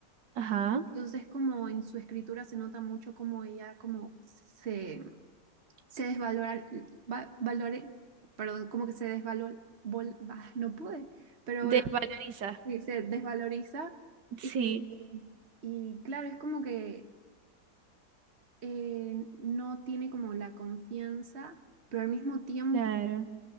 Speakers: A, on the right; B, on the right.
A: Ajá.
B: Entonces como en su escritura se nota mucho como ella como se, se desvalora, va- valore, perdón, como que se desvalor, vol- bah, no pude, pero bueno,
A: De Valeriza.
B: sí, se desvaloriza
A: Sí.
B: y, y claro, es como que eh, no tiene como la confianza, pero al mismo tiempo
A: Claro,